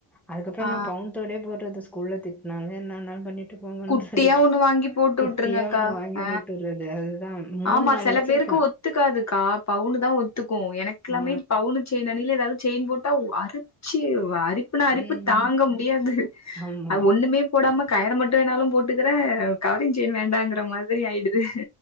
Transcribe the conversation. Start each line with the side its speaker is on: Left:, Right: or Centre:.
Centre: அதுக்கப்றோ
Left: ஆ
Centre: நா பவுன் தோடே போடுறது ஸ்கூல்ல திட்னாலு என்ன வேண்ணாலு பண்ணிட்டு போங்கன்னு
Left: குட்டியா
Centre: சொல்லிட்டு
Left: ஒண்ணு வாங்கி போட்டு
Centre: குட்டியா
Left: வுட்டுருங்கக்கா
Centre: ஒண்ணு வாங்கி
Left: ஆ
Centre: போட்டுர்றது அதுதா மூணு
Left: ஆமா
Centre: நாலு
Left: சில
Centre: வச்சிருக்கே
Left: பேருக்கு ஒத்துக்காதுக்கா பவுனுதா ஒத்துக்கு எனக்குலாமே
Centre: ஆ
Left: பவுனு செய்ன ங்ல எதாவது செயின் போட்டா ஒ அரிச்சு அரி ப்புனா அரிப்பு
Centre: ம்
Left: தாங்க முடியாது
Centre: ஆமா
Left: அ ஒண்ணுமே போடாம கயிற மட்டும் வேணாலும் போட்டுக்கறே கவரிங் செயின் வேண்டாங்குற மாதிரி ஆயிடுது